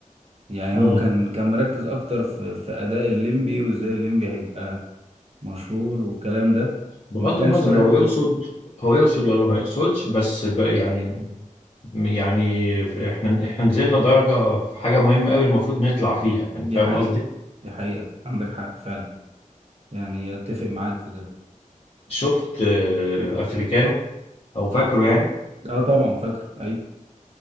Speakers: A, on the right (about 50°); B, on the left (about 45°).
A: يعني
B: امم
A: هو كان كان مركز اكتر في في اداء الليمبي وازاي الليمبي هيبقى مشهور والكلام ده
B: بغض
A: ما كانش
B: النظر
A: مركز
B: هو يقصد هو يقصد ولا ما يقصدش بس ب يعني يعني احنا احنا نزلنا درجة في حاجة مهمة قوي المفروض نطلع فيها يعني
A: دي
B: فاهم
A: حقيقة
B: قصدي؟
A: دي حقيقة عندك حق فعلا يعني اتفق معاك في ده
B: شفت آه، افريكانو او فاكره يعني
A: اه طبعا فاكره ايوه